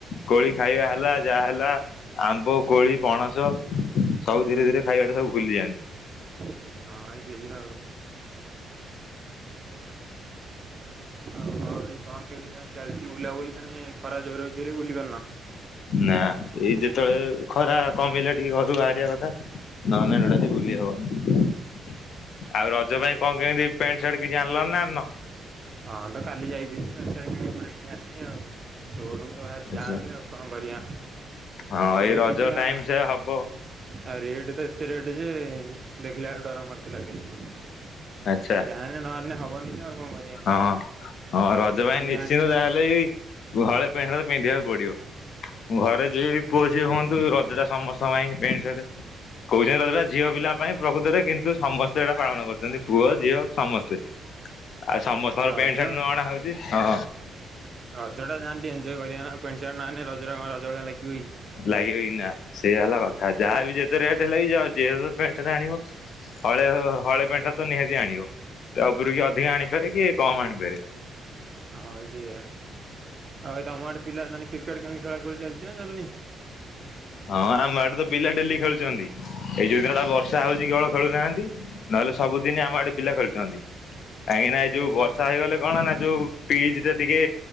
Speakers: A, on the left; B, on the right.
A: କୋଳି ଖାଇବା ହେଲା ଯାହା ହେଲା ଆ ମ୍ୱ, କୋଳି, ପଣସ ସବୁ ଧୀରେ ଧୀରେ ଖାଇବାଟା ସବୁ ଭୁଲିଯାଆନ୍ତି।
B: ହଁ, ଭାଇ ସେଇଆ ଆଉ। ଆଉ ହଁ, ଭାଇ କଣ କେମିତି ତାହାଲେ ଚାଲିଚି ବୁଲାବୁଲି ତାନେ ଖରା ଜୋରରେ ହଉଚି ବୋଲି ବୁଲି ପାରୁନ।
A: ନା, ଏଇ ଯେତେବେଳେ ଖରା କମିଲେ ଟିକେ ଘରୁ ବାହାରିବା କଥା। ନହେଲେ ନାଇ ଟୋଟାଲି ବୁଲି ହବନି। ଆଉ ରଜ ପାଇଁ କଣ କେମିତି ପ୍ୟାଣ୍ଟ, ସାର୍ଟ କିଛି ଆଣିଲଣି ନା ଆଣିନ?
B: ହଁ, ତ କାଲି ଯାଇଥିନି ପ୍ୟାଣ୍ଟ, ସାର୍ଟ କିଣି କୁଣାକି ଆଣିନି ଆଉ। ସେ ସୋରୁମ ତ ଭାରି
A: ଆଚ୍ଛା
B: ଯାଆମ ଆଉ କଣ କରିବା?
A: ହଁ,
B: ସେମିତି
A: ଏଇ ରଜ
B: ଟିକେ ଆ
A: ଟାଇମ ସେଇଆ ହବ।
B: ଆଉ ରେଟ ତ ଏତେ ରେଟ୍ ଯେ ଦେଖିଲା ବେଳକୁ ଡର ମାଡୁଥିଲା କାଲି।
A: ଆଚ୍ଛା।
B: ଯା ହାଲେ ନ ଆଣିନେ ହବନି ନା‌ ଆଉ କଣ କରିବି।
A: ହଁ ହଁ ରଜ ପାଇଁ ନିଶ୍ଚିନ୍ତ
B: ଆଣିନୁ
A: ଯାହା ହେଲେ ବି। ଗୁ ହଳେ ପେଣ୍ଟ ସାର୍ଟ ପିନ୍ଧିବାକୁ ପଡିବ ଘରେ ଯିଏ ବି ପୁଅ
B: ହୁଁ।
A: ଝିଅ ହୁଅନ୍ତୁ ରଜ ଟା ସମସ ସ ପାଇଁ ପେଣ୍ଟ ସାର୍ଟ। କହୁଛନ୍ତି ରଜଟା ଝିଅ ପିଲା ପାଇଁ ପ୍ରକୃତରେ କିନ୍ତୁ ସମସ୍ତେ ଏଇଟା ପାଳନ କରୁଛନ୍ତି ପୁଅ ଝିଅ ସମସ୍ତେ। ଆଉ
B: ହୁଁ
A: ସମସ୍ତଙ୍କର
B: ରଜ
A: ପ୍ୟାଣ୍ଟ ସାର୍ଟ ନୂଆ ଅଣା ହଉଛି ହଁ।
B: ରଜ ଟା ଯାହେନେ ଟିକେ ଏଞ୍ଜଏ କରିବା ନା ପେଣ୍ଟ ସାର୍ଟ ନ ଆଇଁଲେ ରଜ କଣ ରଜ ଭଳିଆ ଲାଗିବ କି।
A: ଲାଗିବ କି ନା ସେୟା ହେଲା କଥା ଯାହାବି ଯେତେ ରେଟ ହେଲେବି ଯାଏ ଜେହେ ପେଣ୍ଟ ସାର୍ଟ ଆଣିବ ହଳେ ହଳେ ପେଣ୍ଟ ସାର୍ଟ ତ ନିହାତି ଆଣିବ ତା ଉପର କିଏ ଅଧିକ ଆଣି ପାରେ କିଏ କମ ଆଣି ପରେ।
B: ହଁ ଭାଇ ସେଇଆ ଆଉ ଭାଇ ତମ ଆଡେ ପିଲା ତାନେ କ୍ରିକେଟ କେମିତି ଖେଳ ଖୁଳି ଚାଲିଛି ନା ଚାଲିନି।
A: ହଁ ଆମ ଆଡେ ତ ପିଲା ଡେଲି ଖେଳୁଛନ୍ତି ଏଇ ଯୋଉ ଦିନ ଟା ବର୍ଷା ହଉଛି କେବଳ ଖେଳୁନାହାନ୍ତି। ନହେଲେ ସବୁଦିନ ଆମ ଆଡେ ପିଲା ଖେଳୁଛନ୍ତି କାହିଁକି ନା
B: ମୁଁ
A: ଏଇ
B: ଶୁଣିଥିନି
A: ଯୋଉ ବର୍ଷା ହେଇଗଲେ କଣ ନା ଯୋଉ। ପିଜ ଟା ଟିକେ